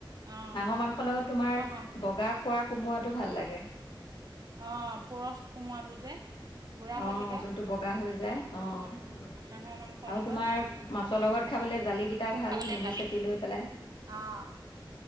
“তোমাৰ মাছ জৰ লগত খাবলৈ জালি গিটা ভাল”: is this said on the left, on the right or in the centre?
Left